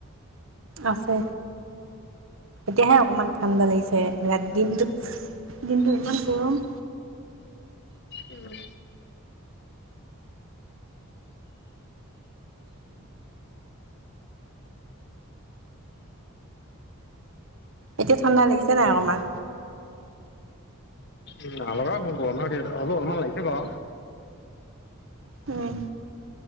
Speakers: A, on the right (about 65°); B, on the left (about 50°).
A: আছে। তেতিয়াহে অকমান ঠাণ্ডা লাগিছে, ৰা দিনটো দিনটো ইমান গৰম।
B: উম।
A: এতিয়া ঠাণ্ডা লাগিছে, নাই অকণমান।
B: উম, <unintelligible> আমাৰখিনিত অলমান লাগিছে বা।
A: উম।